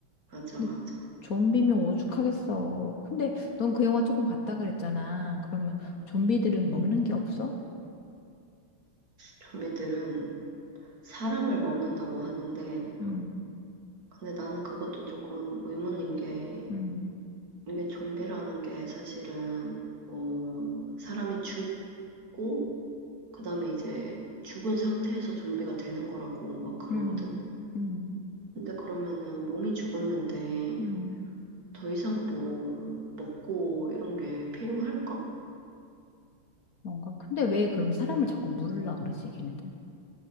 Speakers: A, on the right (about 45°); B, on the left (about 55°).
A: 맞아,
B: 근데
A: 맞아.
B: 좀비면 오죽하겠어. 근데 넌 그 영화 조금 봤다 그랬잖아. 그러면 좀비들은 먹는 게 없어?
A: 좀비들은 사람을 먹는다고 하는데,
B: 응
A: 근데 나는 그것도 조금 의문인 게,
B: 응
A: 이게 좀비라는 게 사실은, 어, 사람이 죽고, 그 다음에 이제 죽은 상태에서 좀비가 되는 거라고 막 그러거든?
B: 응 응
A: 근데 그러면은 몸이 죽었는데,
B: 응
A: 더 이상 뭐 먹고 이런 게 필요할까?
B: 뭔가 근데 왜 그럼 사람을 자꾸 물으려 그러지, 걔네들?